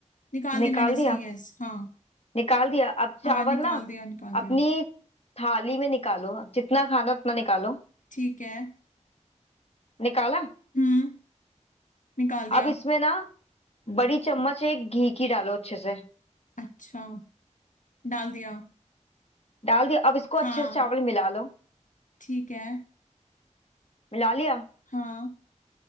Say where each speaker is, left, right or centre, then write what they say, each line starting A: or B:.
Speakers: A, on the left; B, on the left.
A: निकाल
B: निकाल
A: दी मैंने इसकी
B: दिया
A: गैस हाँ
B: निकाल दिया अब
A: हाँ
B: चावल
A: निकाल
B: ना
A: दिया निकाल दिया
B: अपनी थाली में निकालो जितना खाना उतना निकालो
A: ठीक है
B: निकाला
A: हम्म निकाल दिया
B: अब इसमें ना बड़ी चम्मच एक घी की डालो अच्छे से
A: अच्छा डाल दिया
B: डाल दिया अब इसको
A: हाँ
B: अच्छे से चावल मिला लो
A: ठीक है
B: मिला लिया
A: हाँ